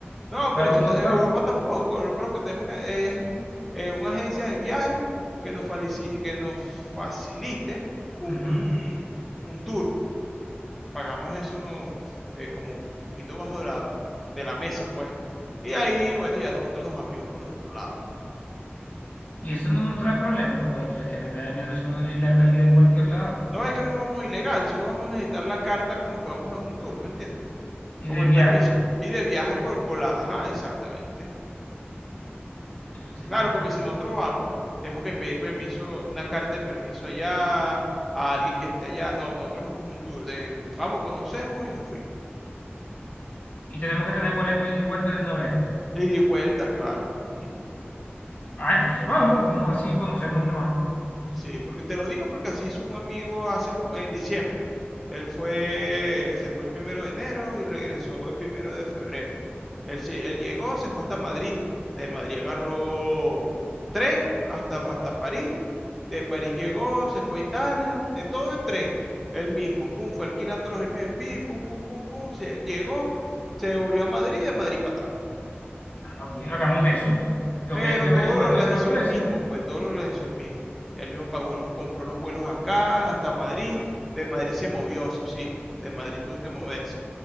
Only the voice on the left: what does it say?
Para
Europa,
ujú,
Y eso no nos trae problema, porque tú sabes que a mí me da miedo eso de la ilegalidad en cualquier lado.
Y
de
viaje.
Entonces sí
me gusta.
Y tenemos que tener boleto ida y vuelta de una vez.
Ah, entonces vamos, vamos así, conocemos más.
Ah, bien, hagamos eso. Lo
que hay es que averiguar
entonces los precios.